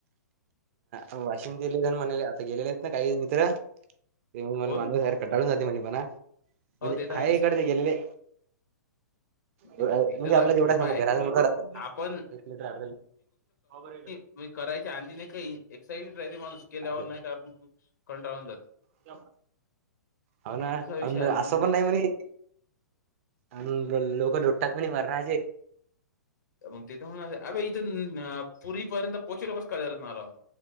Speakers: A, on the right; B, on the left.
A: अ वाशिम जिल्हत <unintelligible> म्हणेल हे आता गेले आहेत ना काही मित्र ते
B: कोण
A: माणू यार कंटाळून जाते म्हणे म्हणा म्हणजे
B: हो ते तर आहेच
A: हाय इकडे चे गेलेले.
B: तिथं
A: गअ म्हणजे
B: जा
A: आपल्या जवढ्या
B: हे
A: समोर
B: पाय
A: घरासमोर एक
B: आपण
A: म्र <inaudible>
B: म्हजे करायची आणधी नाही काही एक्सरसाइज माणूस केल्यावर
A: मीटर
B: नाही का <unintelligible> कंटाळून जाते.
A: च <unintelligible> हव ना,
B: तसा विषय आता
A: असं पण नाही म्हणे आण गल लोक लोटतात. म्हणे म राजे. <unintelligible>
B: त मंग तिथे होणार हे अबे ईथुन न पुरी पर्यंत पोहोचेल. <unintelligible> कच कयत नाराण